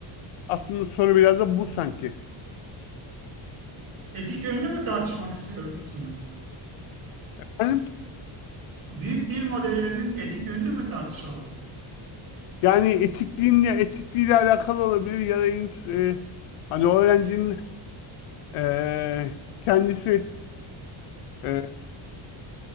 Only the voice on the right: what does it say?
Etik yönünü mü tartışmak istiyorsunuz?
Büyük dil modellerinin etik yönünü mü tartışalım?